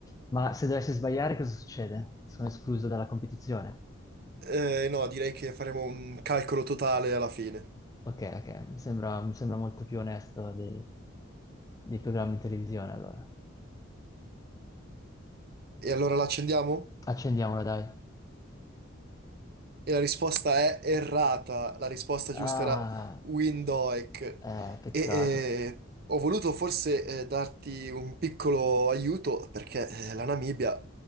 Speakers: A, on the left; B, on the right.
A: Ma se dovessi sbagliare, cosa succede? Sono escluso dalla competizione?
B: Eh, no, direi che faremo un calcolo totale alla fine.
A: Ok, ok, mi sembra, mi sembra molto più onesto dei, dei programmi in televisione, allora.
B: E allora la accendiamo?
A: Accendiamola, dai.
B: E la risposta è errata. La risposta giusta
A: Ah,
B: era Windhoek.
A: eh, peccato.
B: E eh, ho voluto forse eh, darti un piccolo aiuto perché eh, la Namibia...